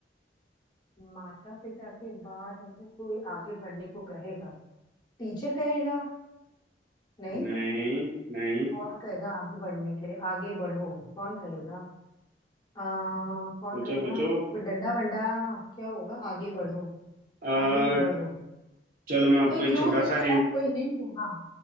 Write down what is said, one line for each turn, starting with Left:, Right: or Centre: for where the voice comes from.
Left: माता पिता के बाद अगर कोई आगे बढ़ने को कहेगा टीचर कहेगा नहीं
Right: नहीं नहीं
Left: और कहेगा आगे बढ़ने के लिए आगे बढ़ो कौन कहेगा आ, कौन
Right: सोचो
Left: कहेगा
Right: सोचो
Left: कोई डंडा वंडा क्या होगा आगे बढ़ो
Right: अ,
Left: आगे बढ़ो
Right: चलो मैं आपको
Left: कोई
Right: एक
Left: क्लू
Right: छोटा
Left: दे
Right: सा
Left: दो
Right: हिंट
Left: यार कोई हिंट हाँ